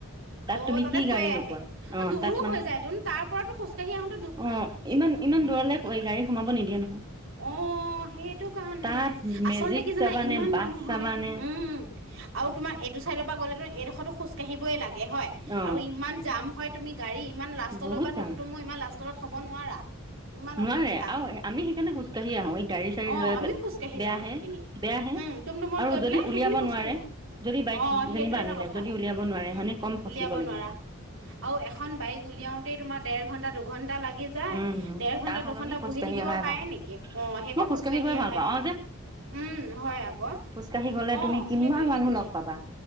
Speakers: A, on the right; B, on the right.
A: তাত
B: অ'
A: তুমি
B: তাতে
A: কি
B: থৈ
A: গাড়ী নোপোৱা
B: আহে, অ' দূৰো
A: তাত মানে
B: হৈ যায় তুন, তাৰ পৰাতো খোজকাঢ়ি আহো
A: অ' ইমান, ইমান দূৰলে ঐ গাড়ী সোমাব নিদিয়ে নহয়।
B: অ' সেইটো কাৰণে,
A: তাত
B: আচলতে
A: মেজিক
B: কি জানা
A: চাবানে
B: ইমান
A: বাছ
B: মানুহ
A: চাবানে
B: হয়। উম। উম। আৰু তোমাৰ এইটো চাইডৰ পৰা গ'লেতো এই ডোখৰতো খোজ কাঢ়িবই লাগে হয়।
A: অ
B: আৰু ইমান জাম হয়, তুমি গাড়ী ইমান লাষ্ট
A: বহুত
B: লৈ বা
A: যাম
B: টমটমো ইমান লাষ্টলৈ থ'ব নোৱাৰা। ইমান
A: নোৱাৰে
B: অসুবিধা
A: আৰু
B: হয়।
A: আমি সেইকাৰণে খোজকাঢ়ি আহো এই গাড়ী চাড়ী
B: অ'
A: লৈ
B: আমিও খোজ কাঢ়ি
A: বেয়াহে
B: যাওঁ সেইখিনি।
A: বেয়াহে
B: উম, টমটমত
A: আৰু
B: গৈ পেলাই
A: যদি উলিয়াব
B: সেইখিনি মি খোজ
A: নোৱাৰে
B: কাঢ়ি যাওঁ।
A: যদি বাইক
B: অ' সেইটোৱেতো
A: যেনিবা আনিলে
B: কথা
A: যদি উলিয়াব নোৱাৰে
B: উম,
A: হয়নে কম ফচিব
B: উলিয়াব
A: লাগিব
B: নোৱাৰা। আৰু এখন বাইক উলিয়াওঁতেই তোমাৰ দেৰ ঘণ্টা, দুঘণ্টা লাগি যায়,
A: উম,
B: দেৰ
A: তাৰ
B: ঘন্টা,
A: সলনি
B: দুঘন্টা
A: খোজকাঢ়ি
B: বহি থাকিব
A: অহাই
B: পাৰে
A: ভাল।
B: নেকি, অ' সেইকণ
A: মই খোজকাঢ়ি
B: খোজ কাঢ়ি
A: গৈ ভাল
B: অহাই
A: পাওঁ
B: ভাল।
A: আৰু
B: উম হয় আকৌ
A: খোজ কাঢ়ি গ'লে
B: অ
A: তুমি কিমান
B: সেইটোৱে সেইটোৱে
A: মানুহ লগ পাবা।